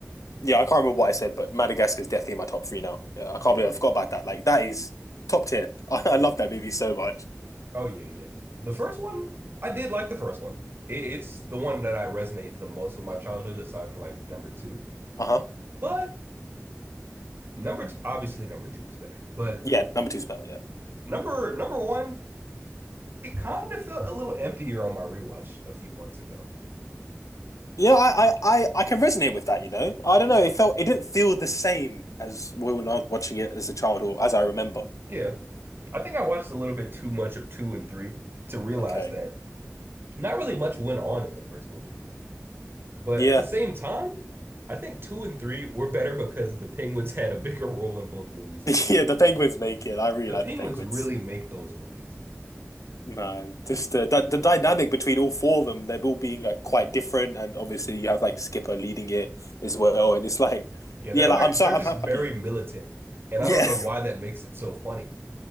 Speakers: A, on the left (about 80°); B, on the right (about 40°).
A: Yeah, I can't remember what I said, but Madagascar is definitely in my top three now. Yeah, I can't
B: yeah.
A: believe I forgot about that. Like that is top tier. <laughs> I, I love that movie so much.
B: Oh yeah, yeah. The first one, I did like the first one. It, it's the one that I resonate the most with my childhood, aside from like number two.
A: Uh-huh.
B: But number t obviously number two is better. But
A: Yeah, number two's better. Yeah,
B: number number one, it kind of felt a little emptier on my rewatch a few months ago.
A: yeah. I, I, I, I can resonate with that. You know, I don't
B: Yeah,
A: know. It felt it didn't feel the same as Will and I was watching it as a child or as I remember.
B: yeah. I think I watched a little bit too much of two and three to realize
A: Okay.
B: that not really much went on in the first movie. But
A: Yeah,
B: at the same time, I think two and three were better because the Penguins <laughs> had a bigger role in both movies.
A: <laughs> yeah. The Penguins make it. I really
B: The
A: like
B: Penguins
A: the Penguins.
B: really make those movies.
A: Man, just uh, the the dynamic between all four of them, they're all being like quite different, and obviously you have like Skipper leading it as well, and it's like,
B: Yeah,
A: yeah,
B: they're
A: like
B: like
A: I'm so
B: they're
A: I'm
B: just
A: ha-
B: very
A: happy.
B: militant, and
A: Yeah,
B: I don't know why that makes it so funny.